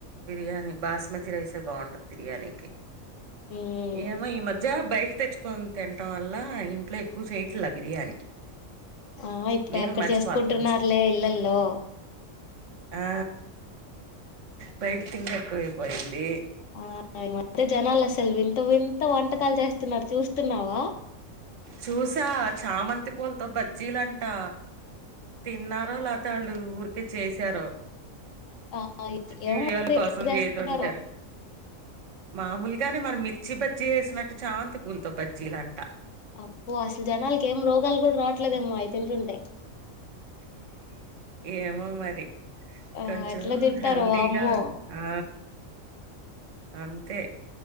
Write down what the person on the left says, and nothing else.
ఉమ్
ఆ ఇప్పుడు
ఎక్కడ
చేసుకుంటున్నారులే ఇళ్లల్లో.
ఆ ఈ మధ్య జనాలు అసలు వింత వింత వంటకాలు చేస్తున్నారు చూస్తున్నావా.
ఆ
ఏమో మరి
ఎట్లా చేస్తున్నారో
అబ్బో అసలు జనాలకి ఏం రోగాలు కూడా రావట్లేదేమో అవి తింటుంటే.
ఆ
ఎట్లా తింటారో
వామ్మో